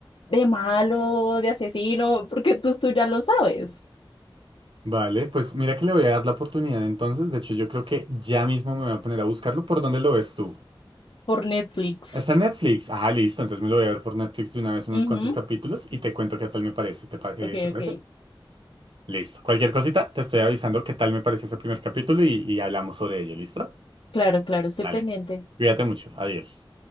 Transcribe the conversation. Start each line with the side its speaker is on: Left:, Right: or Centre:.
Left: de malo, de asesino, porque tú, tú ya lo sabes
Right: Vale, pues mira que le voy a dar la oportunidad entonces. De hecho, yo creo que ya mismo me voy a poner a buscarlo. ¿Por dónde lo ves tú?
Left: por Netflix.
Right: Está en Netflix. Ah, listo. Entonces me lo voy a ver por Netflix de una vez unos
Left: Ujú.
Right: cuantos capítulos y te cuento qué tal me parece. ¿Te, pa- eh,
Left: Ok,
Right: te parece?
Left: ok.
Right: Listo. Cualquier cosita, te estoy avisando qué tal me parece ese primer capítulo y, y hablamos sobre ello. ¿Listo?
Left: Claro, claro, estoy
Right: Dale.
Left: pendiente.
Right: Cuídate mucho. Adiós.